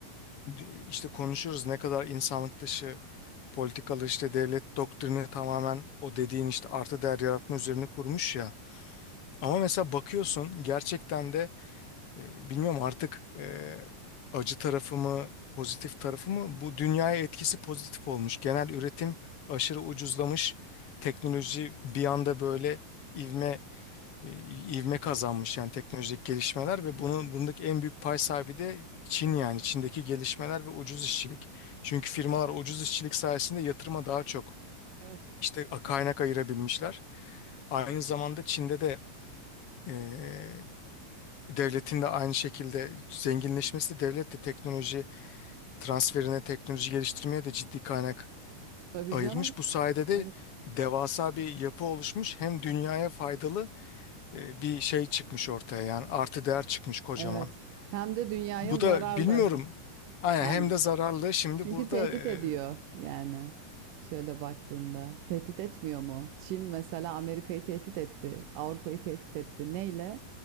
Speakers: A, on the left; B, on the right.
A: d- işte konuşuyoruz ne kadar insanlık dışı politikalar işte devlet doktrini tamamen o dediğin işte artı değer yaratma üzerine kurmuş ya. Ama mesela bakıyorsun gerçekten de e, bilmiyorum artık e, acı tarafı mı pozitif tarafı mı bu dünyaya etkisi pozitif olmuş. Genel üretim aşırı ucuzlamış. Teknoloji bir anda böyle ivme e, ivme kazanmış yani teknolojik gelişmeler ve bunun bundaki en büyük pay sahibi de Çin yani Çin'deki gelişmeler ve ucuz işçilik. Çünkü firmalar ucuz işçilik sayesinde yatırıma daha çok
B: Evet.
A: işte a- kaynak ayırabilmişler. Aynı zamanda Çin'de de e, devletin de aynı şekilde zenginleşmesi devlet de teknoloji transferine, teknoloji geliştirmeye de ciddi kaynak
B: Tabii
A: ayırmış.
B: canım.
A: Bu sayede de
B: Evet.
A: devasa bir yapı oluşmuş. Hem dünyaya faydalı e, bir şey çıkmış ortaya yani artı değer çıkmış kocaman.
B: Evet. Hem de dünyaya
A: Bu
B: zararlı.
A: da bilmiyorum. Aynen
B: Hem
A: hem de zararlı. Şimdi
B: Çünkü
A: burada
B: tehdit
A: e,
B: ediyor yani. Şöyle baktığında tehdit etmiyor mu? Çin mesela Amerika'yı tehdit etti, Avrupa'yı tehdit etti. Neyle?